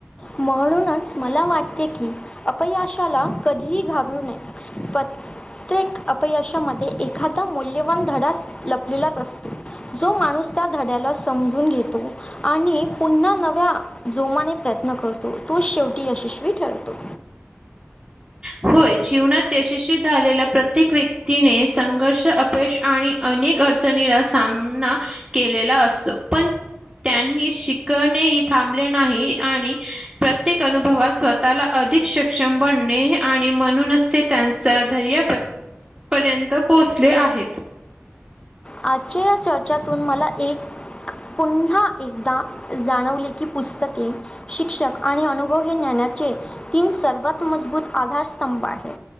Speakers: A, on the left; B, on the right.
A: म्हणूनच मला वाटते की अपयाशाला कधीही घाबरू नये पत्रेक अपयाशामध्ये एक एखादा मौल्यवान धडास लपलेलाच असतो जो माणूस त्या धड्याला समजून घेतो आणि पुन्हा नव्या जोमाने प्रयत्न करतो तो शेवटी यशस्वी ठरतो
B: होय जीवनात यशस्वी झालेल्या प्रत्येक व्यक्तीने संघर्ष अपयश आणि अनेक अडचणीला सामना केलेला असतो पण त्यांनी शिकणेही थांबले नाही आणि प्रत्येक अनुभवात स्वतः ला अधिक सक्षम बनणे आणि म्हणूनच ते त्यांचा धर्या पर्यंत पोहचले आहेत
A: आजच्या या चर्चतून मला एक पुन्हा एकदा जाणवले की पुस्तके शिक्षक आणि अनु हे ज्ञानाचे तीन सर्वात मजबूत आधारस्तंभ आहे